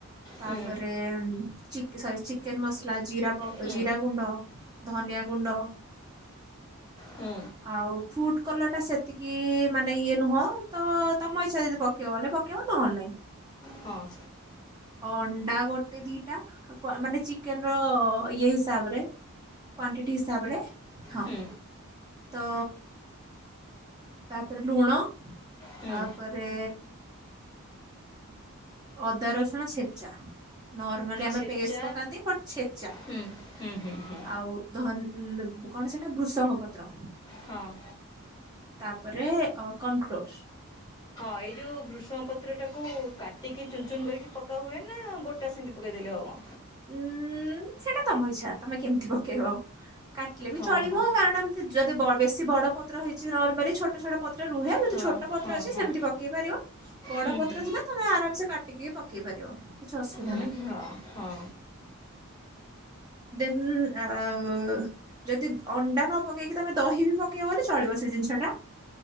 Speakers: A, on the right; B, on the left.
A: ତାପରେ
B: ହୁଁ
A: ମ୍ ଚିକ୍ ସରି ଚିକେନ୍ ମସ୍ଲା ଜିରା ପ
B: ହୁଁ
A: ଜିରା ଗୁଣ୍ଡ। ଧନିଆ ଗୁଣ୍ଡ
B: ହୁଁ
A: ଆଉ ଫୁଟ୍ କଲର୍ ଟା ସେତିକି ମାନେ ଇଏ ନୁହଁ ତ ତମ ଇଚ୍ଛା ଯଦି ପକେଇବ ବୋଲେ ପକେଇବ ନହଲେ ନାଇଁ।
B: ହଁ।
A: ଅଣ୍ଡା ଗୋଟେ ଦିଟା ଅ ପ ମାନେ ଚିକେନ୍ ର ଇଏ ହିସାବ ରେ। କ୍ଵାଣ୍ଟିଟି ହିସାବରେ ହଁ
B: ହୁଁ
A: ତ ତାପରେ ଲୁଣ,
B: ହୁଁ
A: ତାପରେ ଅଦା, ରସୁଣ ଛେଚା। ନର୍ମାଲି ଆମେ
B: ଛେଚା
A: ପେଷ୍ଟ ପକାନ୍ତି ବଟ୍ ଛେଚା,
B: ହୁଁ ହୁଁ ହୁଁ ହୁଁ
A: ଆଉ ଧନ୍ ଉଁ କଣ ସେଟା ବୃଷଙ୍ଗ ପତ୍ର।
B: ହଁ
A: ତାପରେ କର୍ଣଫ୍ଲୋର
B: ଏଇ ଯୋଉ ବୃଷ୍ ଷଂ ପତ୍ରଟାକୁ କାଟିକି ଚୁନଚୁନ କରିକି ପକାହୁଏ ନା ଗୋଟା ସେମିତି ପକେଇଦେଲେ ହେବ?
A: ଉୁଁ ସେଇଟା ତମ ଇଛା ତମେ କେମିତି ପକେଇବ, କାଟିଲେ ବି
B: ହଁ
A: ଚଳିବ
B: ହଁ
A: <unintelligible> ଚି ଯଦି ବ ବେଶୀ ବଡ଼ ପତ୍ର ହେଇଛି ରର୍ମାରି ଛୋଟ ଛୋଟ ପତ୍ର ରୁହେ ଯଦି
B: ହଁ
A: ଛୋଟ ପତ୍ର
B: ହଁ
A: ଅଛି
B: ହଁ
A: ସେମିତି ପକେଇ ପାରିବ। ବଡ଼
B: ହୁଁ
A: ପତ୍ର
B: ହୁଁ
A: ଥିଲେ ତମେ ଆରାମସେ କାଟିକି ପକେଇ ପାରିବ କିଛି ଅସୁବି
B: ଉଁ ହଁ ହଁ।
A: ଦେନ୍ ଆଉ ଯଦି ଅଣ୍ଡା ନ ପକେଇକି ତମେ ଦହି ବି ପକେଇବ ବୋଲେ ଚଳିବ ସେ ଜିନିଷ ଟା।